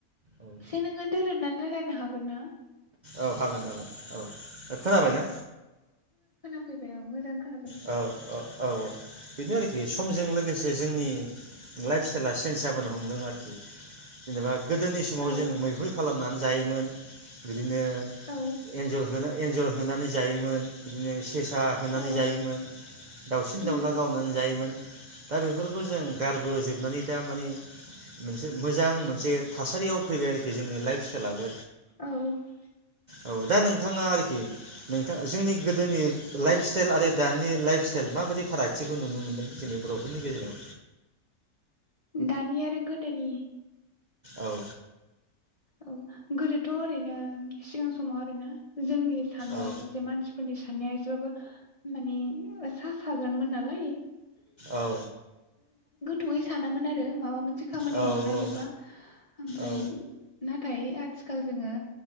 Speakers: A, on the right (about 85°); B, on the left (about 45°).
A: औ
B: से नोङो दोरोदनानै रायलायनो हागोन ना?
A: औ हागोन हागोन औ। खोनाबायना?
B: फैबाय औ मोजां खोनाबाय दे
A: औ ओ औ औ। बेनो आरोखि समजों लोगोसे जोंनि लाइफ स्टाइला चेन्ज जाबोनो हमदों आरोखि जेनेबा गोदोनि समाव
B: औ
A: जों मैहुर खालामनानै जायोमोन बि दिनो
B: औ
A: एन्जर होनो एन्जर होनानै जायोमोन बिदिनो सेस सा होनानै
B: औ
A: जायो मोन दाउसिन दाउला
B: उम
A: गावनानै जायोमोन दा बेफोरखौ जों गारबोजोबनानै दा माने मोनसे मोजां मोनसे थासारियाव फैबाय आरोखि जोंनि लाइफ स्टाइलाबो
B: औ उम
A: औ दा नोंथाङा आरोखि नोंथां जोंनि गोदोनि लाइफ स स्टाइल आरो दानि लाइफ स्टाइल माबादि फारागथिखौ नुनो मोनदों जोंनि बर'फोरनि गेजेराव?
B: दानि आरो गोदोनि
A: औ।
B: औ गोदोथ' ओरैनो सिगां समाव आरोना जोंनि साननाय
A: औ
B: जे मानसिफोरनि साननाया एस सेबाबो माने ओ सा साज्रांमोन नालाय
A: औ।
B: थौयै सानामोन आरो माबा मोन से खामानि
A: औ
B: मावनो नागिरबा ओमफ्राय
A: औ
B: फ्राय आथिखाल जोङो